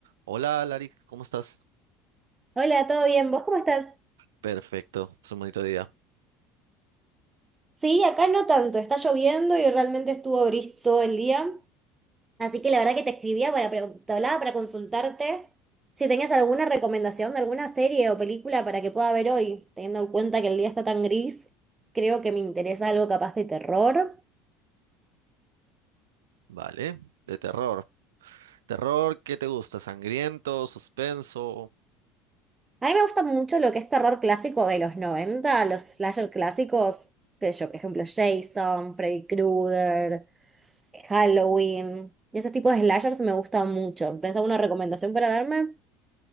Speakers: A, on the right; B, on the right.
A: Hola, Larix, ¿cómo estás?
B: Hola, ¿todo bien? ¿Vos cómo estás?
A: Perfecto, es un bonito día.
B: Sí, acá no tanto, está lloviendo y realmente estuvo gris todo el día. Así que la verdad que te escribía para, pre- te hablaba para consultarte si tenías alguna recomendación de alguna serie o película para que pueda ver hoy, teniendo en cuenta que el día está tan gris, creo que me interesa algo capaz de terror.
A: Vale, de terror. ¿Terror qué te gusta? ¿Sangriento? ¿Suspenso?
B: A mí me gusta mucho lo que es terror clásico de los 90, los slasher clásicos, qué sé yo, por ejemplo, Jason, Freddy Krueger. Halloween. Ese tipo de slashers me gusta mucho. ¿Tenés alguna recomendación para darme?